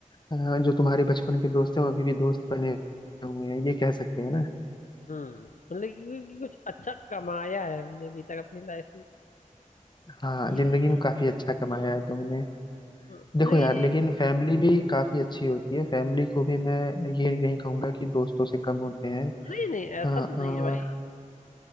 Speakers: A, on the left; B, on the left.
A: अ, जो तुम्हारे बचपन के दोस्त हैं वो अभी भी दोस्त बने हुए हैं ये कह सकते हैं ना
B: हम्म मतलब कि कि कुछ अच्छा कमाया है हमने अभी तक अपनी लाइफ में
A: हाँ
B: ये
A: जिंदगी
B: सीख
A: में काफी अच्छा कमाया है तुमने
B: हाँ, मतलब
A: देखो
B: ये
A: यार लेकिन फैमिली भी काफी अच्छी होती है फैमिली को भी मैं ये नहीं कहूंगा कि दोस्तों से कम होते हैं
B: नहीं नहीं ऐसा
A: हाँ
B: तो नहीं
A: और
B: है भाई